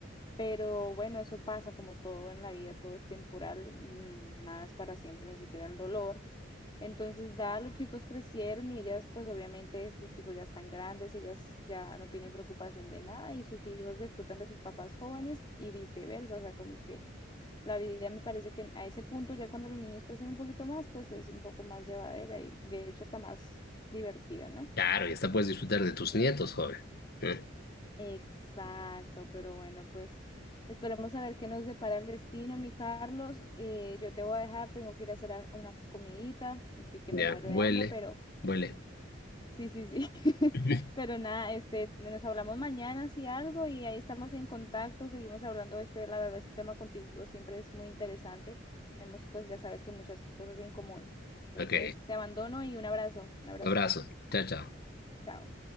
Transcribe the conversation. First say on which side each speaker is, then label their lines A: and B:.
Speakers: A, on the left; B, on the left.
A: pero bueno, eso pasa como todo en la vida, todo es temporal, mm, nada es para siempre, ni siquiera el dolor. Entonces, da, los chicos crecieron y ellas, pues obviamente sus hijos ya están grandes, ellas ya no tienen preocupación de nada y sus hijos disfrutan de sus papás jóvenes y viceversa. O sea, como que la vida me parece que a ese punto, ya cuando los niños crecen un poquito más, pues es un poco más llevadera y de hecho hasta más divertida, ¿no?
B: Claro, y hasta puedes disfrutar de tus nietos, joven. ¿Eh?
A: Exacto, pero bueno, pues esperemos a ver qué nos depara el destino, mi Carlos. Eh, yo te voy a dejar, tengo que ir a hacer a- una comidita, estoy que
B: Ya,
A: me muero
B: vuele,
A: de hambre, pero
B: vuele.
A: sí, sí, sí. <laughs>
B: <laughs>
A: Pero nada, este, nos hablamos mañana si algo y ahí estamos en contacto, seguimos hablando. Este, la verdad, este tema contigo siempre es muy interesante. Tenemos, pues ya sabes que muchas cosas en común. Entonces,
B: Ok,
A: te abandono y un abrazo, un abracito.
B: abrazo. Chao, chao.
A: Chao.